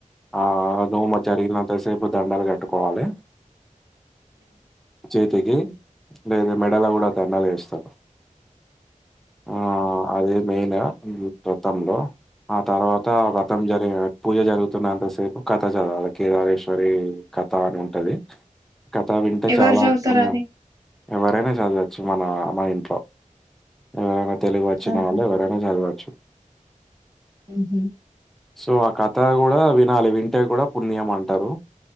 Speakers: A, in the centre; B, on the right.
A: ఆ నోమ జరిగినంత సేపు దండలు కట్టుకోవాలె చేతికి లేద మెడల కూడ దండలు వేస్త ఆ అదే మెయిన్ వ్రతం లో తర్వాత వ్రతం జరి <unintelligible> పూజ జరుగుతున్నంత సేపు కథ చదవాలి కేదారేశ్వరి కథ అని ఉంటది కథ వింటే
B: ఎవరు
A: చాలా
B: చదువుతారు
A: ఆత్పుణ్యం.
B: అది
A: ఎవరైనా జదవచ్చు మన మా ఇంట్లో. ఎవరైనా. తెలుగు వచ్చిన
B: ఆహా
A: వాళ్ళు ఎవరైనా జదవచ్చు.
B: ఊహు.
A: సో ఆ కథ గూడా వినాలి వింటే గూడా పుణ్యం అంటారు.